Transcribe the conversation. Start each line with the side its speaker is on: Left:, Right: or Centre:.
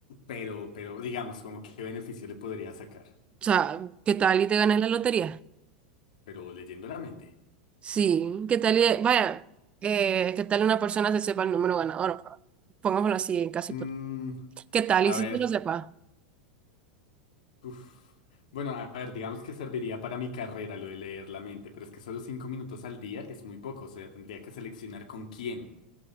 Left: Pero, pero, digamos, como qué beneficio le podría sacar.
Right: O sea, ¿qué tal y te ganas la lotería?
Left: Pero leyendo la mente.
Right: Sí, ¿qué tal? y- Vaya, eh, ¿qué tal una persona se sepa el número ganador? Pongámoslo así en caso
Left: Mm,
Right: hipotético. ¿Qué tal?
Left: a
Right: Y si
Left: ver.
Right: se lo sepa.
Left: Uf. Bueno, a ver, digamos que serviría para mi carrera lo de leer la mente, pero es que solo cinco minutos al día es muy poco, o sea, tendría que seleccionar con quién.